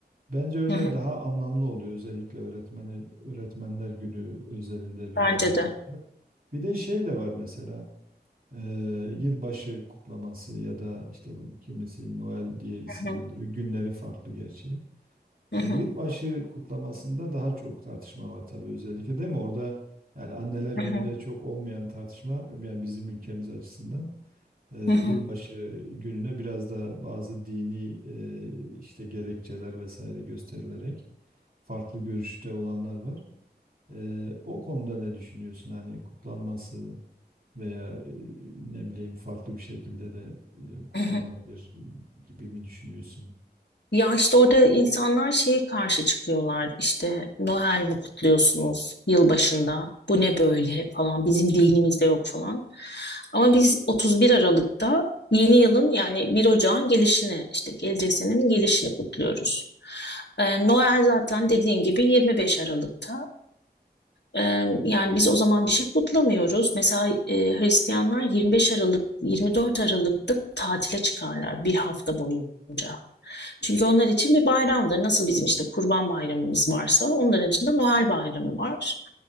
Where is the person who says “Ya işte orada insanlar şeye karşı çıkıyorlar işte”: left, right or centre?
Left